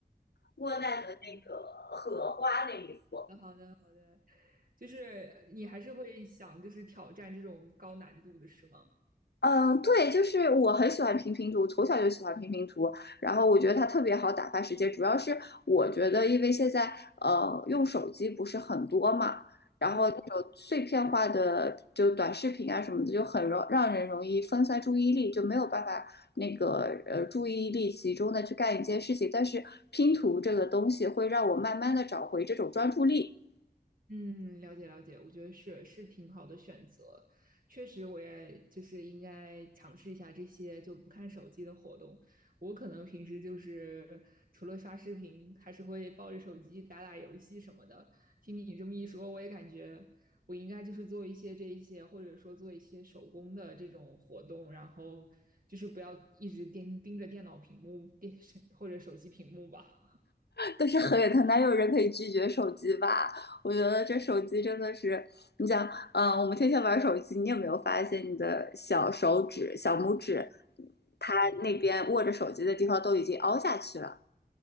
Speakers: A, on the left (about 85°); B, on the right (about 60°).
A: 莫奈的那个荷花那一幅。
B: 好的，好的，好的。就是你还是会想，就是挑战这种高难度的，是吗？
A: 嗯，对，就是我很喜欢拼拼图，从小就喜欢拼拼图，然后我觉得它特别好打发时间。主要是我觉得，因为现在呃用手机不是很多嘛，然后那种碎片化的就短视频啊什么的，
B: 嗯。
A: 就很容让人容易分散注意力，就没有办法那个呃注意力集中的去干一件事情。但是拼图这个东西会让我慢慢的找回这种专注力。
B: 嗯，了解了解，我觉得是是挺好的选择，确实我也就是应该尝试一下这些就不看手机的活动。我可能平时就是除了刷视频，还是会抱着手机打打游戏什么的。听你这么一说，我也感觉我应该就是做一些这一些，或者说做一些手工的这种活动，然后就是不要一直盯盯着电脑屏幕、电视或者手机屏幕吧。
A: 但是很他哪有人可以拒绝手机吧？我觉得这手机真的是，你想，嗯，我们天天玩手机，你有没有发现你的小手指、小拇指，它那边握着手机的地方都已经凹下去了？